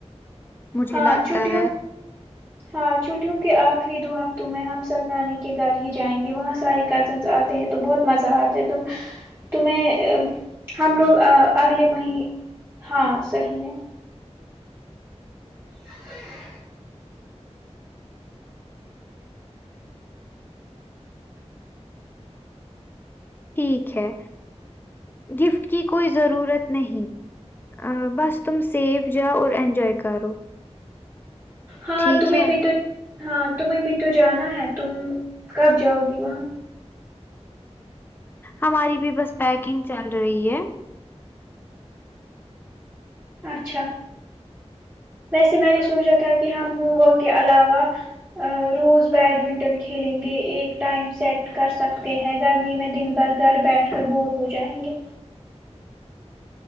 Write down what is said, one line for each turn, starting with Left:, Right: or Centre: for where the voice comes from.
Left: مجھے
Right: ہاں
Left: لگتا
Right: چھٹیوں
Left: ہے
Right: ہاں چھٹیوں کے آخری دو ہفتوں میں ہم سب نانی کے گھر ہی جائیں گے وہاں ساری کزنس آ تے ہے تو بہت مزہ آتا ہے تم تمہیں ہم لوگ اا اگلے مہی ہاں صحیح ہے <inaudible>
Left: ٹھیک ہے گفٹ کی کوئی ضرورت نہیں بس تم سیف جا اور اینجائے کرو
Right: ہاں
Left: ٹھیک
Right: تمہیں
Left: ہے
Right: بھی تو ہاں تمہیں بھی تو جانا ہے تم کب جاؤ گی وہاں
Left: ہماری بھی بس پیکنگ چل رہی ہے
Right: اچھا ویسے میں نے سوچا تھا کہ ہم ہوم ورک کے علاوہ روز بیڈمنٹن کھیلیں گے ایک ٹائم سیٹ کر سکتے ہیں گرمی میں دن بھر گھر بیٹھ کر بور ہو جائیں گے